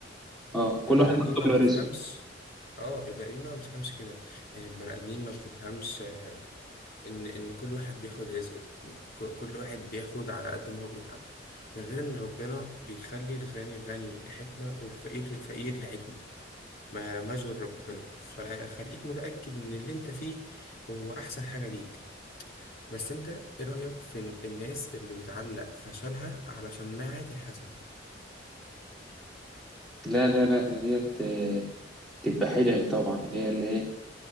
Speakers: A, in the centre; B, on the left.
A: اه كل
B: البني
A: واحد
B: ادمين
A: مكتوب
B: ما بتفهمش
A: له رزقه
B: اه البني ادمين ما بتفهمش كده يعني البني ادمين ما بتفهمش ان ان كل واحد بياخد رزقه ك- كل واحد بياخد على قد ما هو بيتعب ده غير ان ربنا بيخلي الغني الغني لحكمة والفقير الفقير لحكمة ما يعلمهاش غير ربنا فخليك متأكد ان اللي انت فيه هو احسن حاجة ليك بس انت ايه رأيك في ال- الناس اللي بتعلق فشلها على شماعة الحسد
A: لا لا لا ده ديت آه، تبقى حجج طبعا اللي هي اللي ايه